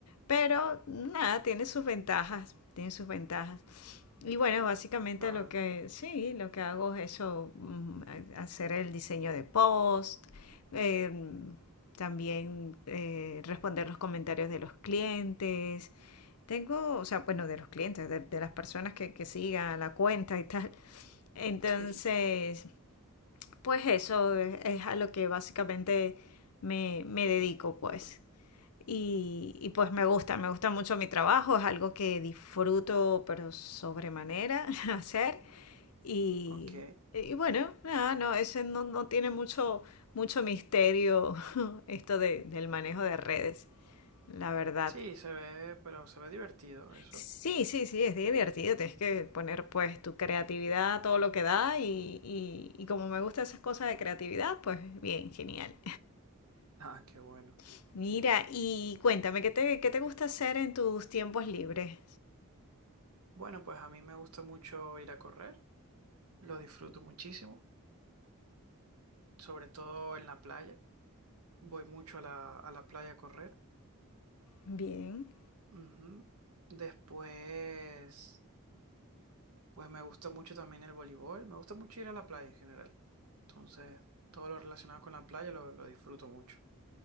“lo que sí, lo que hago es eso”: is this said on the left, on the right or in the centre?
Left